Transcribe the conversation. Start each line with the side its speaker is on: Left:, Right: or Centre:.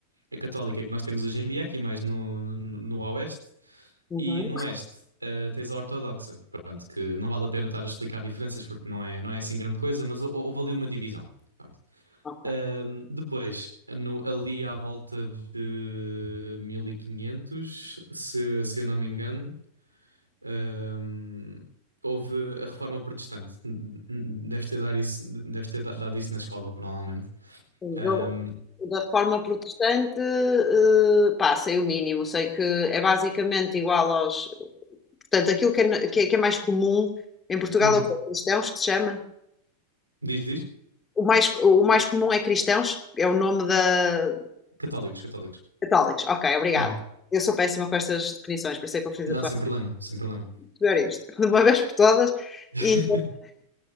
Right: A católica que nós temos hoje em dia, aqui mais no, no, no oeste,
Left: Uhum.
Right: e no oeste ah, tens a ortodoxa. Pronto, que não vale a pena estar a explicar diferenças porque não é, não é assim grande coisa, mas hou- houve ali uma divisão. Pronto.
Left: Ok.
Right: Ahm, depois, no- ali à volta de 1500 se, se eu não me engano, ahm, houve a reforma protestante. Deves ter dado isso, deves ter da- dado isso na escola, provavelmente. Ahm,
Left: Eu, da reforma protestante, eh, pá, sei o mínimo, sei que é basicamente igual aos. Portanto, aquilo que é, na- que é, que é mais comum em Portugal
Right: uhum.
Left: é o que é cristãos, que se chama.
Right: Diz, diz?
Left: O mais, o mais comum é cristãos, é o nome da.
Right: Católicos, católicos.
Left: Católicos, ok, obrigada.
Right: Uhum.
Left: Eu sou péssima com estas definições, por isso é que eu fiz
Right: Não,
Left: a tua
Right: sem problema, sem problema.
Left: melhor isto, <laughs> de uma vez por todas.
Right: <laughs>
Left: E,